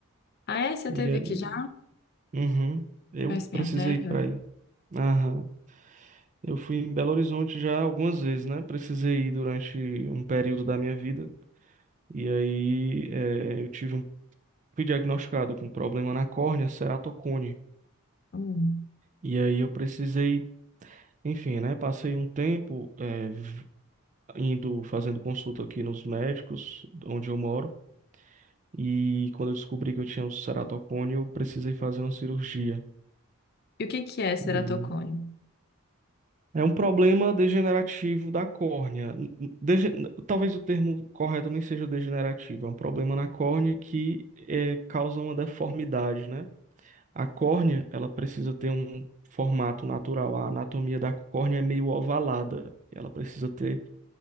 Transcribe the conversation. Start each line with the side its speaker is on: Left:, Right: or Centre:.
Left: Ah, é? Você
Right: E
Left: teve
Right: aí,
Left: aqui já?
Right: uhum, eu
Left: Conhece
Right: precisei
Left: minha terra?
Right: ir pra aí. Aham. Eu fui em Belo Horizonte já algumas vezes, né? Precisei ir durante um período da minha vida. E aí, eh, eu tive um, fui diagnosticado com um problema na córnea, ceratocone.
Left: Hum.
Right: E aí eu precisei, enfim, né? Passei um tempo, eh, indo fazendo consulta aqui nos médicos onde eu moro e quando eu descobri que eu tinha um ceratocone, eu precisei fazer uma cirurgia.
Left: E o que que é ceratocone?
Right: E é um problema degenerativo da córnea. N- n- dege- n- Talvez o termo correto nem seja degenerativo, é um problema na córnea que eh, causa uma deformidade, né? A córnea, ela precisa ter um formato natural. A anatomia da córnea é meio ovalada. Ela precisa ter